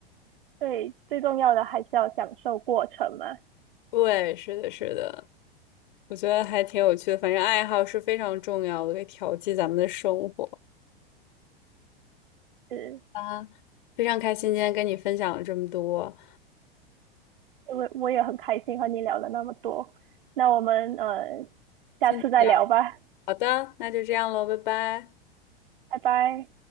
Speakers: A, on the right; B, on the left.
A: 对，最重要的还是要享受过程嘛。
B: 对，是的，是的，我觉得还挺有趣的。反正爱好是非常重要的，可以调剂咱们的生活
A: 是，
B: 啊。非常开心今天跟你分享了这么多，
A: 因为我也很开心和你聊了那么多。那我们呃，下次再聊吧，
B: 今天。好的，那就这样喽，拜拜。
A: 拜拜。